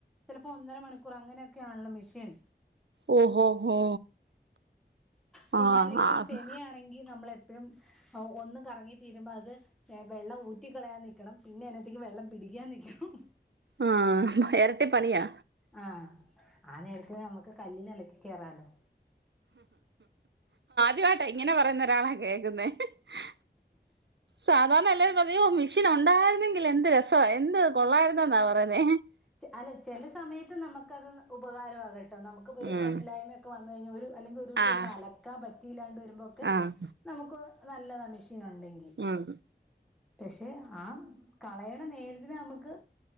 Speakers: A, in the centre; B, on the right.
A: ചിലപ്പോ ഒന്നര മണിക്കൂർ അങ്ങനെയൊക്കെയാണല്ലോ മെഷീൻ
B: ഓഹോ ഹോ
A: പിന്നെ
B: ആഹ്
A: അല്ലെങ്കി
B: ആഹ്
A: സെമിയാണെങ്കി നമ്മളെ പ്പഴും ഒന്ന് കറങ്ങി തീരുമ്പോ അത് വെള്ളം ഊറ്റിക്കളയാൻ നിൽിക്കണം പിന്നെ അതിനത്തേക്ക് വെള്ളം പിടിക്കാൻ നൽക്കണം ഹി ഹി
B: ആഹ എരട്ടി പണിയാ
A: ആ ആ നേരത്ത് നമുക്ക് കല്ലിലലക്കി കേറാല്ലോ
B: ദ്യായിട്ട ഇങ്ങനെ പറയുന്നരാളയി വെകുന്നേ ഹെ ഹെ സാധാരണ എല്ലാരും അതയോ മെഷീൻ ഉണ്ടായിരുന്നെങ്കിൽ എന്ത് രസം എന്ത് കൊള്ളായിരുന്നന്നാ പറയുന്നേ
A: ചെ അല്ല ചെല സമയത്ത് നമുക്കത് ഉപകാരമാക നമുക്ക് പ്പ ഒരു
B: ഉം
A: പറ്റില്ലായിമ ഒക്കെ വന്ന ട്ടോ നയെഞ്ഞൊരു അല്ലെങ്കിൽ ഒരുസം
B: ആഹ്
A: ഒന്ന് അലക്കാൻ പറ്റ ദിലാൽ വരുമ്പോക്കെ
B: ആഹ്
A: നമുക്കോ അനല്ലതമിഷ നുണ്ടെങ്കിൽ
B: ഉം
A: പക്ഷെ ആ കളയണ നേരിട്ടനമുക്ക്